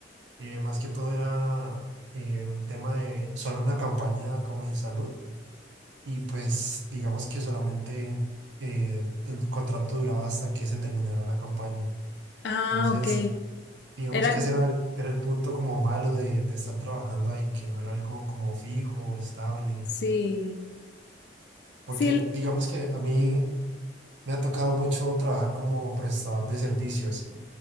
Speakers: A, on the right; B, on the left.
A: Eh, más que todo era eh, un tema de solo una campaña como en salud. Y pues digamos que solamente eh, el contrato duraba hasta que se terminara la campaña.
B: Ah,
A: Entonces,
B: ok.
A: digamos
B: Era,
A: que ese era el, era el punto como malo de, de estar trabajando ahí, que no era algo como fijo, estable.
B: sí,
A: Porque
B: sí,
A: digamos que a mí... Me ha tocado mucho trabajar como prestador de servicios.